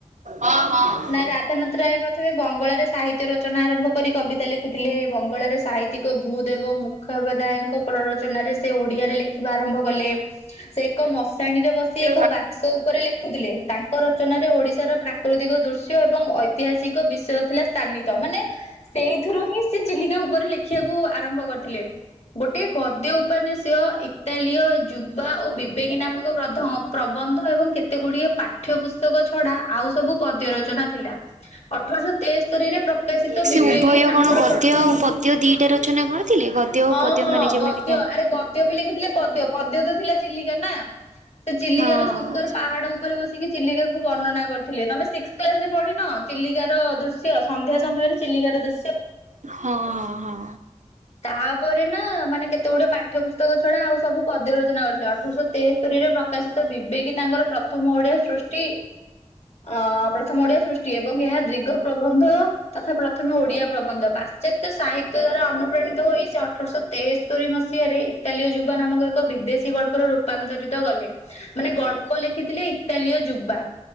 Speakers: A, on the right; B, on the left.
A: ହଁ ହଁ।
B: ନା ରାଧାନାଥ ରାୟ ପ୍ରଥମେ ବଙ୍ଗଳାରେ ସାହିତ୍ୟ ରଚନା ଆରମ୍ଭ କରି କବିତା ଲେଖୁଥିଲେ ବଙ୍ଗଳାରେ। ସାହିତ୍ୟିକ ଭୂଦେବ ମୁଖପଦାୟଙ୍କ ପ୍ରରଚନାରେ ସେ ଓଡିଆରେ ଲେଖିବା ଆରମ୍ଭ କଲେ। ସେ ଏକ ମଶାଣିରେ ବସି।
A: ସେ
B: ଏକ ବାକ୍ସ ଉପରେ ଲେଖୁଥିଲେ ତାଙ୍କ ରଚନାରେ ଓଡିଶାର ପ୍ରାକୃତିକ ଦୃଶ୍ୟ ଏବଂ। ଐତିହାସିକ ବିଷୟ ଥିଲା ସ୍ଥାନିତ ମାନେ। ସେଇଥିରୁ ହିଁ ସେ ଚିଲିକା ଉପରେ ଲେଖିବାକୁ ଆରମ୍ଭ କରିଥିଲେ। ଗୋଟେ ଗଦ୍ୟ ଉପନ୍ୟାସ ଇତାଲିୟ ଯୁବା ଓ। ଏବେ କିନା ଆମକୁ ପ୍ରଧ ପ୍ରବନ୍ଧ ଏବଂ କେତେ ଗୁଡିଏ ପା। ପାଠ୍ୟ ପୁସ୍ତକ ଛଡା ଆଉ ସବୁ ପଦ୍ୟ ରଚନା ଥିଲା ଅଠରଶହ ତେସ୍ତରିରେ ପ୍ରକାଶିତ।
A: ସେ
B: ବିବେକୀ
A: ଉଭୟ
B: ତାଙ୍କର
A: କଣ ଗଦ୍ୟ
B: ପ୍ରଥମ
A: ଆଉ ପଦ୍ୟ ଦିଟା ରଚନା କରିଥିଲେ ଗଦ୍ୟ ଓ
B: ହଁ
A: ପଦ୍ୟ
B: ହଁ
A: ମାନେ ଯେମିତି।
B: ଗଦ୍ୟ ଆରେ ଗଦ୍ୟ ବି ଲେଖିଥିଲେ ପଦ୍ୟ ପଦ୍ୟ ତ ଥିଲା ଚିଲିକା ନା। ସେ ଚିଲିକାର
A: ହଁ
B: ସୁନ୍ଦର
A: ଆଚ୍ଛା
B: ପାହାଡ ଉପରେ ବସି। ସିକି ଚିଲିକାକୁ ବର୍ଣ୍ଣନା କରିଥିଲେ ତମେ ସିକ୍ଥ କ୍ଲାସରେ ପଢିନ ଚିଲିକାର ଦୃଶ୍ୟ ସନ୍ଧ୍ୟା ସମୟରେ ଚିଲିକାର ଦୃଶ୍ୟ।
A: ହଁ ହଁ ହଁ।
B: ତାପରେ ନା ମାନେ କେତେ ଗୁଡା ପାଠ୍ୟ ପୁସ୍ତକ ଛଡା ଆଉ ସବୁ ପଦ୍ୟର। କରିଥିଲେ ଅଠରଶହ ତେସ୍ତରିୀରେ ପ୍ରକାଶିତ ବିବେକୀ ତାଙ୍କର ପ୍ରଥମ ଓଡିଆ ସୃଷ୍ଟି। ଅ ପ୍ରଥମ ଓଡିଆ ସୃଷ୍ଟି ଏବଂ ଏହା ଦୀର୍ଘ ପ୍ରବନ୍ଧ। ତଥା ପ୍ରଥମେ ଓଡିଆ ପ୍ରବନ୍ଧ ପାଶ୍ଚାତ୍ୟ ସାହିତ୍ୟ ଦ୍ଵାରା ଅନୁପ୍ରାଣିତ ହୋଇ ସେ ଅଠରଶହ। ତେସ୍ତୋରି ମସିହାରେ ଇଟଲୀୟ ଯୁବ ନାମକ ଏକ ବିଦେଶୀ ଗଳ୍ପର ରୂପାନ୍ତରିତ କଲେ। ମାନେ ଗଳ୍ପ ଲେଖିଥିଲେ ଇଟାଲୀୟ ଯୁବା‌।